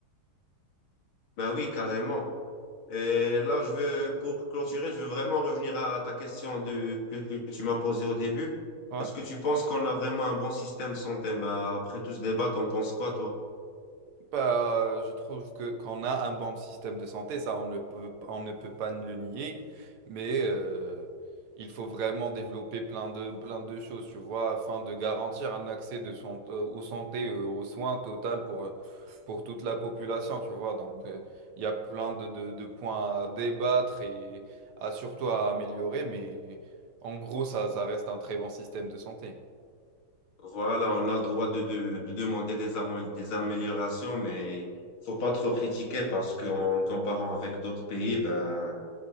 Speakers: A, on the left; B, on the right.
A: Ben oui, carrément. Et là, je veux, pour clôturer, je veux vraiment revenir à ta question de, que, que tu m'as posée au début.
B: Ouais.
A: Est-ce que tu penses qu'on a vraiment un bon système de santé? Ben, après tout ce débat, t'en penses quoi, toi?
B: Bah, je trouve que qu'on a un bon système de santé, ça on ne peut, on ne peut pas le nier, mais euh, il faut vraiment développer plein de, plein de choses, tu vois, afin de garantir un accès de son, euh, aux santé, euh, aux soins total pour, euh, pour toute la population, tu vois. Donc, euh, il y a plein de, de, de points à débattre et à, surtout à améliorer, mais en gros, ça, ça reste un très bon système de santé.
A: Voilà, on a le droit de, de, de demander des, amo- des améliorations, mais faut pas trop critiquer parce qu'en comparant avec d'autres pays, ben,